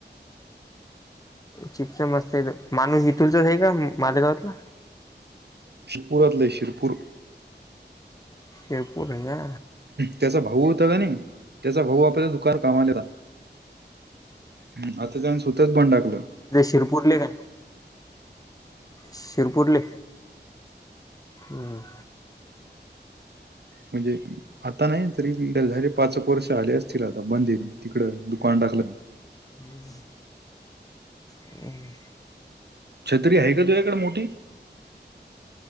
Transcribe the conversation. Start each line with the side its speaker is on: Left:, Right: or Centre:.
Left: चिप्स मस्त आहे माणूस इथुलच आहे का माले गावातला?
Right: शिपुरातल शिरपूर.
Left: शेरपूर ह्या.
Right: त्याचा भाऊ होता का नाही, त्याचा भाऊ आपल्या कर कामाला, हम् आता तेथे स्वतः <unintelligible> टाकल.
Left: तीरपुरले काय? शिरपूरले? हम्म.
Right: म्हणजे आता नाही तरी बी, तेला झाले पाच वर्ष झाले असतील आता बंदे तिकडं दुकान टाकलं.
Left: हम्म. हम्.
Right: छत्री आहे का तूझ्याकडे मोठी?